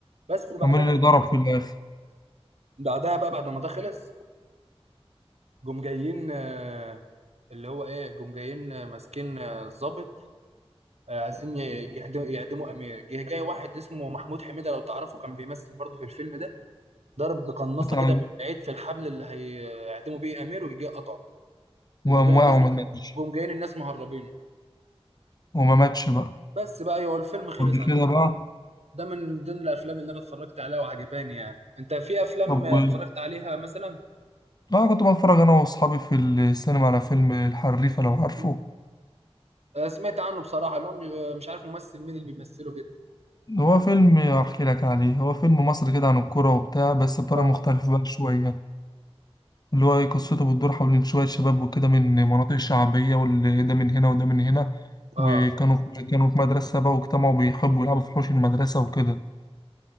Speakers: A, on the right; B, on the left.
A: بس بعدها
B: كمان اللي ضرب في الاخر
A: بعدها بقى بعد ما ده خلص جم جايين آه، اللي هو ايه جم جايين آه، ماسكين آه، الضابط آه، عايزين ي- يعد- يعدموا امير جه جاي واحد اسمه محمود حميده لو تعرفه كان بيمثل برضه في الفيلم ده ضرب بقناصه
B: بتاع
A: كده من بعيد في الحبل اللي هيعدموا بيه امير وجه جاي قطعه وجم
B: وقام
A: جايين
B: واقع
A: الناس
B: وما ماتش
A: جم جايين الناس مهربين
B: وما ماتش بقى
A: بس بقى ايوه الفيلم خلص
B: بعد
A: على
B: كده
A: كده.
B: بقى
A: ده من ضمن الافلام اللي انا اتفرجت عليها وعجباني يعني انت في افلام
B: طب
A: آه،
B: و...
A: اتفرجت عليها مثلا
B: لا كنت بتفرج انا واصحابي في السينما على فيلم الحريفه لو عارفه
A: مم. آه، سمعت عنه بصراحه اللي هو مش آه، مش عارف ممثل مين اللي بيمثله كده
B: هو فيلم احكي لك عليه هو فيلم مصري كده عن الكوره وبتاع بس بطريقه
A: اه
B: مختلفه بقى شويه اللي هو قصته بتدور حول شوية شباب وكده من مناطق شعبية واللي ده من هنا وده من هنا
A: اه
B: وكانوا في كانوا في مدرسة بقى واجتمعوا بيحبوا يلعبوا في حوش المدرسة وكده